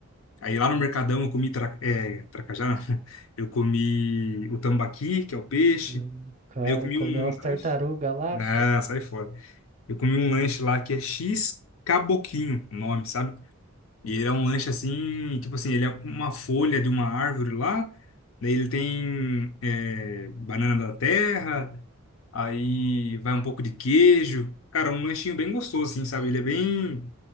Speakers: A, on the left; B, on the right.
A: Aí lá no Mercadão eu comi tra... é, tracajá, não. <laughs> Eu comi o tambaqui, que é o peixe.
B: Hum, O cara
A: Aí eu comi
B: comeu
A: um
B: as tartarugas
A: lanche.
B: lá,
A: Ah,
B: pô.
A: sai fora. Eu comi um lanche lá que é X Caboquinho, o nome, sabe? E ele é um lanche assim, tipo assim, ele é uma folha de uma árvore lá. Daí ele tem é, banana da terra, Aí vai um pouco de queijo. Cara, um lanchinho bem gostoso, assim, sabe? Ele é bem